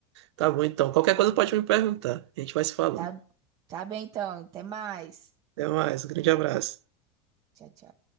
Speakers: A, on the right; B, on the right.
A: tá bom então. Qualquer coisa pode me perguntar. A gente vai se falando.
B: Tá, tá bem então. Até mais.
A: Até mais, um grande abraço.
B: Tchau, tchau.